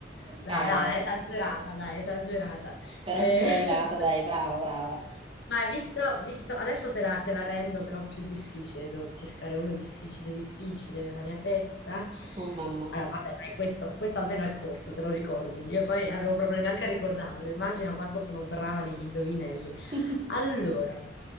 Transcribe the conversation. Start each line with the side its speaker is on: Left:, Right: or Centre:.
Left: Dai,
Right: Eh,
Left: dai, esagerata, dai, esagerata.
Right: però
Left: Eh,
Right: ci sei
Left: <laughs>
Right: arrivata, dai, brava, brava.
Left: ma hai visto, visto, adesso te la, te la rendo però più difficile, devo cercare uno difficile, difficile nella mia testa.
Right: Oh, mamma.
Left: Allora, vabbè, dai, questo, questo almeno è corto, te lo ricordi. Io poi avevo problemi anche a ricordarlo, immagina quanto sono brava negli indovinelli.
Right: <laughs>
Left: Allora,